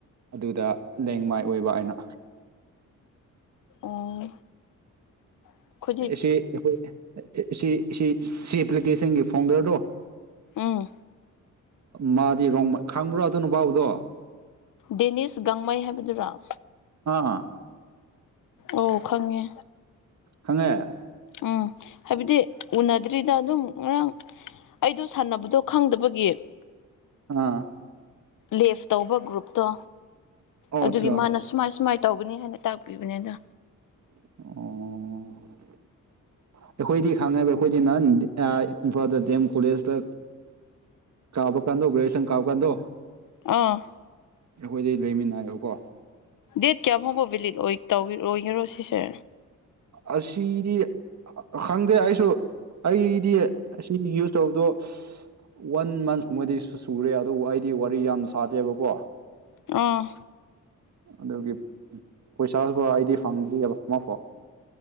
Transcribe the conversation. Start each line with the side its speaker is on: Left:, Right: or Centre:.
Right: ꯑꯗꯨꯗ ꯂꯦꯡꯃꯥꯏ ꯑꯣꯏꯕ ꯑꯩꯅ
Left: ꯑꯣ ꯑꯩꯈꯣꯏꯗꯤ
Right: ꯁꯤ ꯑꯩꯈꯣꯏ ꯁꯤ ꯁꯤ ꯁꯤ ꯑꯦꯄ꯭ꯂꯤꯀꯦꯁꯟꯒꯤ ꯐꯥꯎꯟꯗꯔꯗꯣ
Left: ꯑꯥ
Right: ꯃꯥꯗꯤ ꯔꯣꯡ ꯈꯪꯕ꯭ꯔꯣ ꯑꯗꯨ ꯅꯨꯄꯥꯕꯨꯗꯣ
Left: ꯗꯦꯅꯤꯁ ꯒꯥꯡꯃꯩ ꯍꯥꯏꯕꯗꯨꯔ‌ꯣ
Right: ꯑꯥ
Left: ꯑꯣ ꯈꯪꯉꯦ
Right: ꯈꯪꯉꯦ
Left: ꯎꯝ ꯍꯥꯏꯕꯗꯤ ꯎꯅꯗ꯭ꯔꯤꯗ ꯑꯗꯨꯝ ꯉꯔꯥꯡ ꯑꯩꯗꯣ ꯁꯥꯟꯅꯕꯗꯣ ꯈꯪꯗꯕꯒꯤ
Right: ꯑꯥ
Left: ꯂꯦꯐ ꯇꯧꯕ ꯒ꯭ꯔꯨꯞꯇꯣ
Right: ꯑꯣ
Left: ꯑꯗꯨꯒꯤ
Right: ꯑꯠꯆꯥ
Left: ꯃꯥꯅ ꯁꯨꯃꯥꯏ ꯁꯨꯃꯥꯏ ꯇꯧꯒꯅꯤ ꯍꯥꯏꯅ ꯇꯥꯛꯄꯤꯕꯅꯦꯗ
Right: ꯑꯣ ꯑꯩꯈꯣꯏꯗꯤ ꯈꯪꯉꯦꯕ ꯑꯩꯈꯣꯏꯗꯤ ꯅꯍꯟ ꯑꯥ ꯏꯝꯐꯥꯜꯗ ꯗꯤ ꯑꯦꯝ ꯀꯣꯂꯦꯖꯇ ꯀꯥꯕ ꯀꯥꯟꯗ‌ꯣ ꯒ꯭ꯔ‌ꯦꯖꯨꯌ‌ꯦꯁꯟ ꯀꯥꯕ ꯀꯥꯟꯗ‌ꯣ
Left: ꯑꯥ
Right: ꯑꯩꯈꯣꯏꯗꯤ ꯂꯩꯃꯤꯟꯅꯩꯌ‌ꯦꯕꯀꯣ
Left: ꯗꯦꯠ ꯀꯌꯥ ꯐꯥꯎꯕꯣ ꯕꯤꯂꯤꯠ ꯇꯧ ꯑꯣꯏꯒꯦꯔꯣ ꯁꯤꯁꯦ
Right: ꯑꯁꯤꯗꯤ ꯈꯪꯗꯦ ꯑꯩꯁꯨ ꯑꯩꯗꯤ ꯑꯁꯤꯅꯤ ꯌꯨꯁ ꯇꯧꯕꯗꯣ ꯋꯥꯟ ꯃꯟꯁ ꯀꯨꯝꯕꯗꯤ ꯁꯨꯔꯦ ꯑꯗꯨꯕꯨ ꯑꯩꯗꯤ ꯋꯥꯔꯤ ꯌꯥꯝ ꯁꯥꯗꯦꯕꯀꯣ
Left: ꯑꯥ
Right: ꯑꯗꯨꯒꯤ ꯄꯩꯁꯥꯁꯨꯕꯨ ꯑꯩꯗꯤ ꯐꯪꯗ꯭ꯔꯤꯑꯕ ꯑꯃꯐꯥꯎ